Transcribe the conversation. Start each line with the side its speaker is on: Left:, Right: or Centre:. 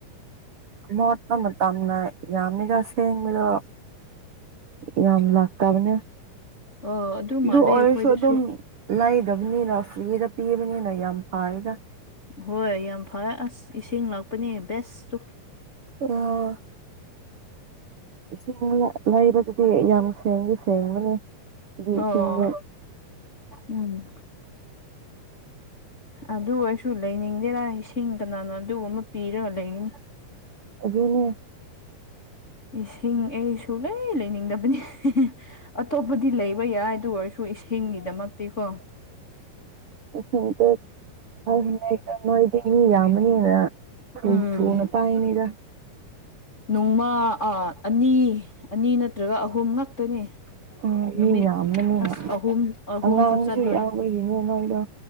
Right: ꯃꯣ ꯃ ꯇꯝꯅ ꯌꯥꯝꯃꯤꯒꯁ ꯌꯦꯃꯤꯂꯣ ꯌꯥꯝ ꯂꯥꯛꯇꯥꯔꯅꯦ ꯑꯗꯨ
Left: ꯑꯣ ꯃꯥꯜꯂꯦ
Right: ꯑꯣꯏꯔꯁꯨ
Left: ꯑꯩꯈꯣꯏꯗꯁꯨ
Right: ꯑꯗꯨꯝ ꯂꯩꯗꯕꯅꯤꯅ ꯐ꯭ꯔꯤꯗ ꯄꯤꯕꯅꯤꯅ ꯌꯥꯝ ꯄꯥꯏꯗ
Left: ꯍꯣꯏ ꯌꯥꯝ ꯐ ꯑꯁ ꯏꯁꯤꯡ ꯂꯥꯛꯄꯅꯦ ꯕꯦꯁꯇꯨ
Right: ꯑꯣ ꯏꯁꯤꯡ ꯂꯩꯕꯗꯨꯗꯤ ꯌꯥꯝ ꯁꯦꯡꯗꯤ ꯁꯦꯡꯕꯅꯤ ꯑꯗꯨ
Left: ꯑꯣ
Right: ꯁꯕ
Left: ꯎꯝ ꯑꯗꯨ ꯑꯣꯏꯁꯨ ꯂꯩꯅꯤꯡꯗꯦꯔꯥ ꯏꯁꯤꯡ ꯀꯅꯥꯅ ꯑꯗꯨꯒꯨꯝꯕ ꯄꯤꯔꯒ ꯂꯩꯅꯤꯅꯤ
Right: ꯑꯗꯨꯅꯦ
Left: ꯏꯁꯤꯡ ꯑꯩ ꯁꯨꯡꯂꯩ ꯂꯩꯅꯤꯡꯗꯕꯅꯤ ꯑꯇꯣꯞꯄꯗꯤ ꯂꯩꯕ ꯌꯥꯏ ꯑꯗꯨ ꯑꯣꯏꯔꯁꯨ ꯁꯨ ꯏꯁꯤꯡꯒꯤꯗꯃꯛꯇꯤ ꯀꯣ
Right: <unintelligible> ꯅꯣꯏꯗꯤ ꯃꯤ ꯌꯥꯝꯕꯅꯤꯅ ꯊꯨ
Left: ꯎꯝ
Right: ꯊꯨꯅ ꯄꯥꯏꯅꯤꯗ
Left: ꯅꯣꯡꯃ ꯑꯅꯤ ꯑꯅꯤ ꯅꯠꯇ꯭ꯔꯒ ꯑꯍꯨꯝ ꯉꯥꯛꯇꯅꯦ
Right: ꯎꯝ
Left: ꯅꯨꯃꯤꯠ
Right: ꯃꯤ ꯌꯥꯝꯕꯅꯤꯅ
Left: ꯑꯁ ꯑꯍꯨꯝ ꯑꯍꯨꯝꯁꯨ
Right: ꯑꯉꯥꯡꯁꯨ
Left: ꯆꯠꯂꯣꯏ
Right: ꯌꯥꯎꯕꯒꯤꯅꯦ ꯅꯣꯏꯗꯣ